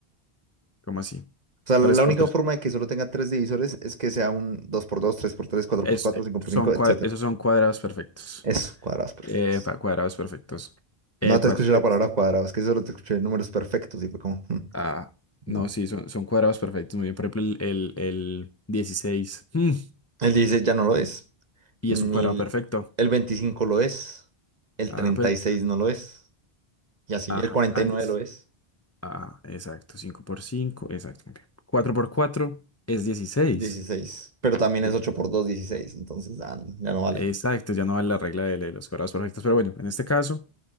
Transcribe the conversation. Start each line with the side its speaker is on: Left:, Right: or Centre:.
Left: ¿Cómo así?
Right: O sea, la
Left: 3 por
Right: única
Left: tres.
Right: forma de que solo tenga tres divisores es que sea un dos por dos tres por tres cuatro
Left: Es,
Right: por cuatro
Left: eh,
Right: cinco por
Left: son
Right: cinco etcétera
Left: cua- esos son cuadrados perfectos.
Right: Eso, cuadrados perfectos.
Left: Epa, cuadrados perfectos. Epa,
Right: No te escuché
Left: tienes-
Right: la palabra cuadrado, es que solo te escuché números perfectos y fue como, "Hmm,
Left: ah, no,
Right: no.
Left: sí, son, son cuadrados perfectos. Muy bien, por ejemplo, el, el, el 16. mm,
Right: El 16 ya no lo es,
Left: y
Right: ni
Left: es un cuadrado
Right: el,
Left: perfecto.
Right: el 25 lo es, el
Left: Ajá,
Right: treinta
Left: pel-
Right: y seis no lo es, y así,
Left: ajá,
Right: el cuarenta
Left: al
Right: y nueve
Left: diez
Right: lo es,
Left: Ajá, exacto, 5 por cinco exacto. muy bien. 4 por 4 es dieciséis
Right: 16. pero también
Left: Bien.
Right: es 8 por 2, 16. entonces ya, no ya no vale.
Left: Exacto, ya no vale la regla de, de los cuadrados perfectos, pero bueno, en este caso